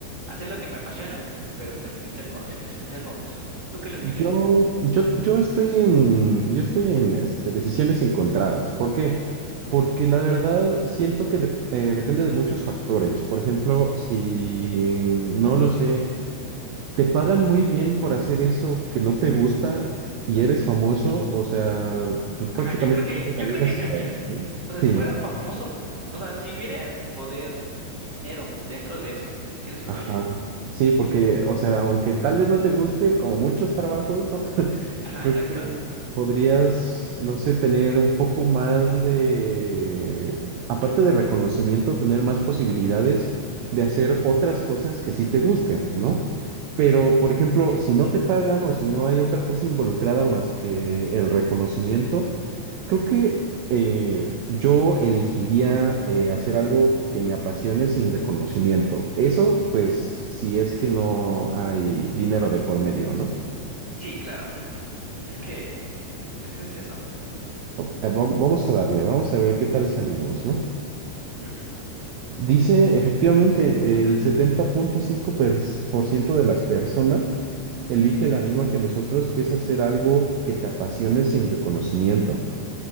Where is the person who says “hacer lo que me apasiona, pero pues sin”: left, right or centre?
Right